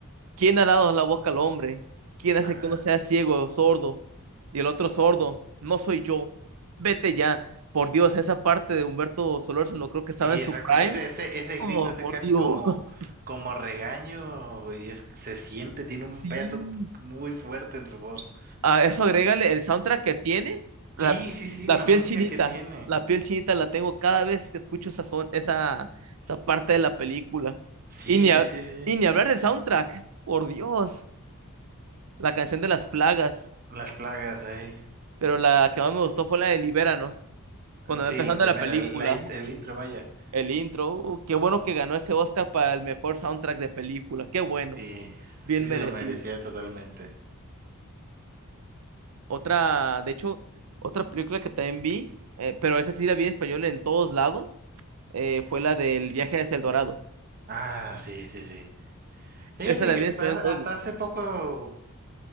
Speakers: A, on the right (about 75°); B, on the right (about 40°).
A: ¿quién ha dado la boca al hombre? ¿Quién hace
B: ajá.
A: que uno sea ciego, sordo? Y el otro sordo, no soy yo. Vete ya. Por Dios, esa parte de Humberto Solórzano creo que estaba
B: Sí,
A: en su
B: exacto.
A: prime.
B: Ese, ese, ese
A: Oh,
B: grito, ese
A: por
B: casi
A: Dios.
B: como,
A: <laughs>
B: como regaño, y es, se siente, tiene un
A: Sí.
B: peso muy fuerte en su voz.
A: A eso agrégale el soundtrack que tiene, la,
B: Sí, sí, sí,
A: la
B: la
A: piel
B: música
A: chinita.
B: que tiene.
A: La piel chinita la tengo cada vez que escucho esa, son- esa, esa parte de la película.
B: Sí,
A: Y ni,
B: sí,
A: ha-
B: sí, sí.
A: y ni hablar del soundtrack, por Dios. La canción de las plagas,
B: Las plagas ahí.
A: pero la que más me gustó fue la de Libéranos, cuando va
B: Sí,
A: empezando
B: la primera,
A: la película,
B: el, la in- el intro, vaya.
A: el intro. uh, Qué bueno que ganó ese Oscar para el mejor soundtrack de película, qué bueno,
B: Sí,
A: bien
B: sí se
A: merecido.
B: lo merecía totalmente.
A: Otra, de hecho, otra película que también vi, eh, pero esa sí la vi en español en todos lados, eh, fue la del viaje hacia el Dorado.
B: Ah, sí, sí, sí. Fíjate
A: Esa la
B: que
A: vi en español
B: hasta,
A: en todos
B: hasta
A: lados.
B: hace poco.